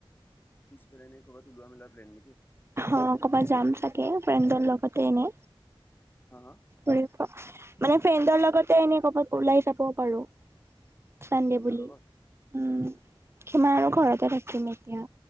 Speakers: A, on the left; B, on the right.
A: পিছবেলা এনে কৰবাত উলোৱা-মেলোৱা প্লেন নে কি?
B: অ, কবাত যাম চাগে ফ্ৰেণ্ডৰ লগতে এনে।
A: হা-হা?
B: ঘূৰি থাক মানে ফ্ৰেণ্ডৰ লগতে এনেই কবাত ওলাই যাবও পাৰো। চানডে
A: অ ফ্ৰেণ্ডৰ
B: বুলি।
A: লগত
B: উম, কিমান আৰু ঘৰতে থাকিম এতিয়া